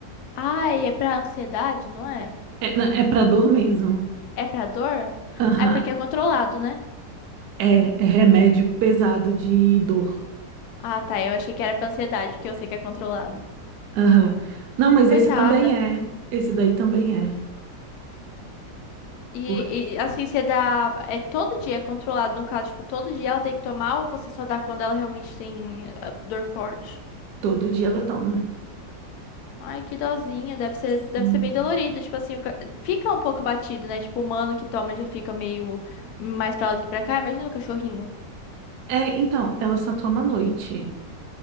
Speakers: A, on the left; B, on the right.
A: Ai, é pra ansiedade, não é?
B: É, não, é pra dor mesmo.
A: É pra dor?
B: Aham.
A: Ai, porque é controlado, né?
B: É, é remédio pesado de dor.
A: Ah, tá. Eu achei que era pra ansiedade, porque eu sei que é controlado.
B: Aham. Não, mas
A: Coitada.
B: esse também é. Esse daí também é.
A: E,
B: Porque
A: e, assim, você dá. É todo dia é controlado, no caso, tipo, todo dia ela tem que tomar ou você só dá quando ela realmente tem eh, dor forte?
B: todo dia ela toma.
A: Ai, que dozinha. Deve ser,
B: Sim.
A: deve ser bem dolorido. Tipo assim, o ca- fica um pouco abatido, né? Tipo, o humano que toma já fica meio mais pra lá do que pra cá. Imagina o cachorrinho.
B: É, então, ela só toma à noite,